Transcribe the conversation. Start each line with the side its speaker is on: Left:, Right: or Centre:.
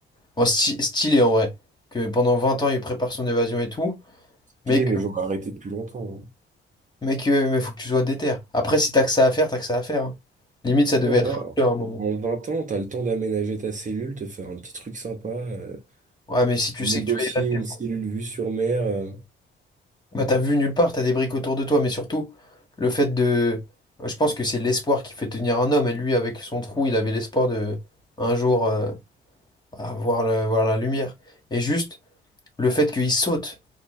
Left: Bon, sty- stylé en vrai. Que pendant 20 ans, il prépare son évasion et tout.
Right: Stylé,
Left: Mais que,
Right: mais j'aurais arrêté depuis longtemps.
Left: mais que, mais faut que tu sois déter. Après, si t'as que ça à faire, t'as que ça à faire. hein. Limite, ça devait
Right: hein.
Left: être là à un moment.
Right: En vingt en 20 ans, t'as le temps d'aménager ta cellule, te faire un petit truc sympa, euh,
Left: Ouais, mais si tu
Right: négocier
Left: sais que tu vas y rester.
Right: une cellule vue sur mer. euh.
Left: Bah, t'as vu nulle part, t'as des briques autour de toi, mais surtout, le fait de... Je pense que c'est l'espoir qui fait tenir un homme, et lui, avec son trou, il avait l'espoir de, un jour, euh, avoir la, voir la lumière. Et juste, le fait qu'il saute